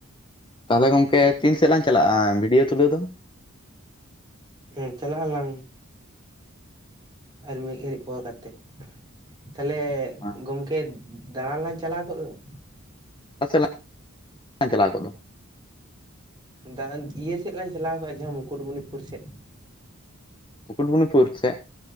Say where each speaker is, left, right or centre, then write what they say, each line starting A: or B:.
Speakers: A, on the left; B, on the right.
A: ᱛᱟᱦᱞᱮ ᱜᱚᱝᱠᱮ ᱛᱤᱱ ᱥᱮᱫ ᱞᱟᱝ ᱪᱟᱞᱟᱜᱼᱟ ᱵᱷᱤᱰᱭᱳ ᱛᱩᱞᱟᱹᱣ ᱫᱚ?
B: ᱦᱩᱸ ᱪᱟᱞᱟᱜ ᱟᱞᱟᱝ ᱾ ᱟᱨ ᱢᱤᱫ ᱜᱷᱟᱹᱲᱤᱡ ᱯᱚᱨ ᱠᱟᱛᱮ ᱛᱟᱦᱞᱮ
A: ᱚᱠᱟ
B: ᱜᱚᱢᱠᱮ ᱫᱟᱬᱟᱱ ᱞᱟᱝ ᱪᱟᱞᱟᱣ ᱠᱚᱜ ᱫᱚ ᱾
A: ᱚᱠᱟ ᱥᱮᱫ ᱞᱟᱝ <inaudible> ᱪᱟᱞᱟᱣ ᱠᱚᱜ ᱫᱚ ᱾
B: ᱫᱟ ᱤᱭᱟᱹ ᱥᱮᱫ ᱞᱟᱝ ᱪᱟᱞᱟᱣ ᱠᱚᱜᱼᱟ ᱡᱟᱦᱟᱸ ᱢᱩᱠᱩᱴᱢᱩᱱᱤᱯᱩᱨ ᱥᱮᱫ ᱾
A: ᱢᱩᱠᱩᱴᱢᱩᱱᱤᱯᱩᱨ ᱥᱮᱫ